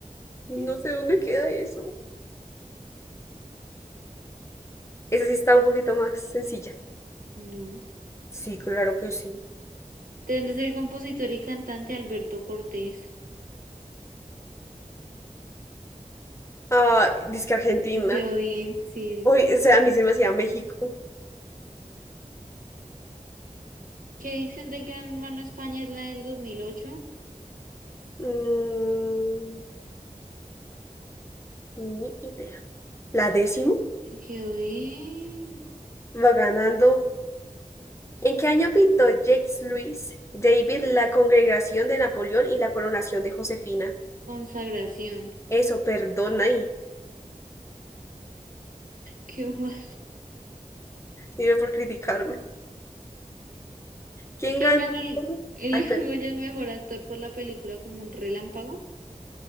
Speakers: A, on the left; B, on the right.
A: No
B: Mm,
A: sé dónde queda eso. Esa sí está un poquito más sencilla.
B: No.
A: Sí, claro que sí.
B: Tendrá ser el compositor y cantante Alberto Cortés.
A: Ah, que Argentina.
B: Me quedó bien, sí.
A: Uy, o sea, a mí se me hacía México.
B: ¿Qué edición del Gran Hermano España es la del 2008?
A: Mm, ni idea. ¿La décimo?
B: Ay, Me quedó bien.
A: Va ganando ¿En qué año pintó Jacques-Louis David la Congregación de Napoleón y la coronación de Josefina?
B: Consagración.
A: Eso, perdona ahí.
B: Qué mal.
A: Sirve por criticarme. ¿Quién
B: ¿Quién
A: ganó?
B: ganó el, el
A: Ay,
B: <laughs>
A: per-
B: Goya al mejor actor por la película como un relámpago?